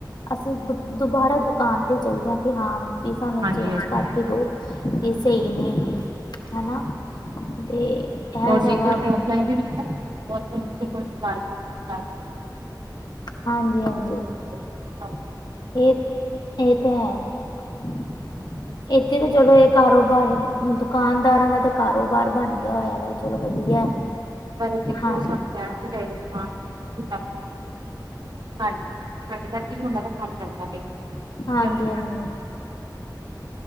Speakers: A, on the left (about 65°); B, on the right (about 65°).
A: ਅਸੀਂ ਦੁਬ ਦੁਬਾਰਾ ਦੁਕਾਨ ਤੇ ਚੱਲ ਜਾਗੇ। ਹਾਂ, ਬੀ ਸਾਨੂੰ
B: ਹਾਂਜੀ
A: ਇਹ ਚੇਂਜ
B: ਹਾਂਜੀ
A: ਕਰਕੇ ਦੋ, ਬੀ ਇਹ ਸਹੀ ਨੀ ਗੀ ਹੈ ਨਾ ਤੇ
B: <unintelligible>
A: ਜ਼ਿਆਦਾ ਹਾਂਜੀ, ਹਾਂਜੀ।
B: <unintelligible>
A: ਇਹ, ਇਹ ਤੇ ਹੈ। ਇੱਥੇ ਤੇ ਚਲੋ ਏਹ ਕਾਰੋਬਾਰ, ਦੁਕਾਨਦਾਰਾਂ ਦਾ ਤੇ ਕਾਰੋਬਾਰ ਬਣ ਵਧ ਹੋਇਆ ਵਾ, ਚਲੋ ਵਧੀਆ।
B: ਪਰ ਦੇਖੋ
A: ਹਾਂ
B: ਸਾਨੂੰ ਕਹਿਣਾ ਵੀ ਚਾਹੀਦਾ ਕਿ <inaudible> ਸਾਡ, ਸਾਡੇ ਕਰਕੇ ਈ ੳਨਾ ਦਾ ਕਾਨ ਚੱਲਦਾ ਪੇ <unintelligible> <unintelligible>
A: ਹਾਂਜੀ-ਹਾਂਜੀ-ਹਾਂਜੀ-ਹਾਂਜੀ
B: ਇੱਕ